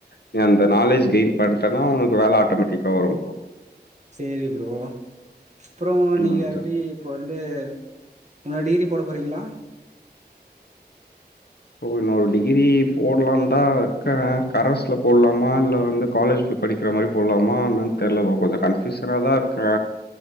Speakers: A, on the left; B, on the right.
A: நீ அந்த நாலேஜ் கெயின் பண்ட்டன்னா உனக்கு வேல ஆட்டோமேட்டிக்கா வரு ப்ரோ
B: சேரி ப்ரோ அப்றோ
A: ம்.
B: நீங்க எப்டி இப்போ வந்து இன்னொரு டிகிரி போட போறீங்ளா
A: இப்ப இன்னொரு டிகிரி போடலான் தா இருக்கே கரஸ்ல போடலாமா இல்ல வந்து காலேஜ் படிக்கிற மாரி போலாமா என்னன் தெரில கொஞ்ச கன்ஃபூசன தா இருக்கே